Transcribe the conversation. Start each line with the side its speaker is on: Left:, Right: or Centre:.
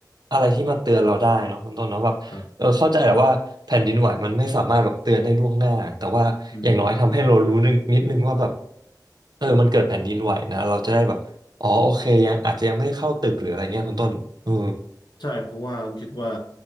Right: อะไรที่มาเตือนเราได้เนาะคุณต้นเนาะแบบเออเข้าใจแหละว่าแผ่นดินไหวมันไม่สามารถแบบเตือนได้ล่วงหน้าแต่ว่าอย่างน้อยทำให้เรารู้นิดนิดนึงว่าแบบ
Left: ครับอืม
Right: เออมันเกิดแผ่นดินไหวนะเราจะได้แบบอ๋อโอเคยังอาจจะยังไม่ได้เข้าตึกหรืออะไรเงี้ยคุณต้นเออ
Left: ใช่เพราะว่าผมคิดว่า